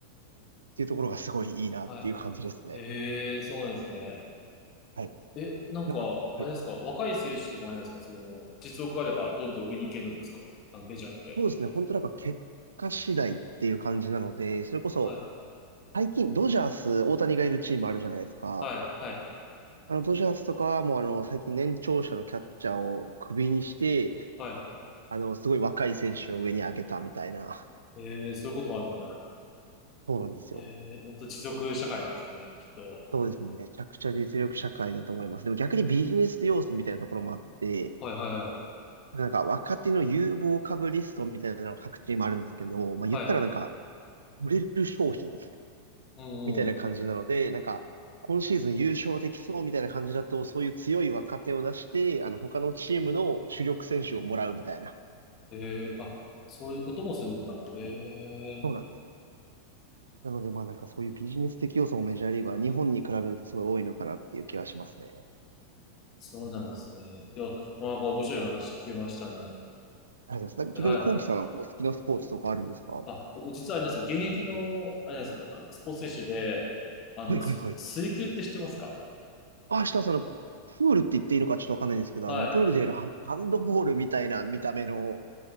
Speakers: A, on the right; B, on the left.
A: っていうところがすごいいいなっていう感じですね。
B: はい。ええ、そうなんですね。
A: はい。
B: え、なんか、
A: なんか、
B: あれですか、
A: はい。
B: 若い選手でもあれなんですか、その、実力あればどんどん上に行けるんですかあの、メジャーって。
A: そうですね。本当なんか結果次第っていう感じなので、それこそ
B: はい、
A: 最近ドジャース、大谷がいるチームあるじゃないですか。
B: はい、はい、
A: あの、ドジャースとかはもうあの、最近年長者のキャッチャーをクビにして、
B: はい。
A: あの、すごい若い選手を上に上げたみたいな。
B: ええ、そういうこともあるんだ。
A: そうなんですよ。
B: ええ、ほんと実力社会なんですね、きっと。
A: そうですね。めちゃくちゃ実力社会だと思います。でも逆にビジネス要素みたいなところもあって、
B: はい、はい、は
A: なんか若手の有望株リストみたいなのが各チームあるんですけど、まあ言ったらなんか
B: い、はい。
A: 売れる商品
B: うんうん。
A: みたいな感じなので、なんか、今シーズン優勝できそうみたいな感じだと、そういう強い若手を出して、あの、他のチームの主力選手をもらうみたいな。
B: ええ、あ、そういうこともするんだ。ええ、
A: そうなんですよ。なので、まあなんかそういうビジネス的要素もメジャーリーグは日本に比べるとすごい多いのかなっていう気はしますね。
B: そうなんですね。いや、なんか面白い話聞けましたね。
A: ありがとうございます。
B: はい。
A: 逆に、コウキさん、お好きなスポーツとかあるんですかは
B: あ、僕実はあれなんですよ。現役の、あれなんですよ。あの、スポーツ選手で、あの、
A: いはいはい。
B: す、水球って知ってますか
A: あ、下さん、あの、プールって言っていいのかちょっとわかんないんですけど、
B: はい。
A: あの、プールでやるハンハンドボールみたいな見た目の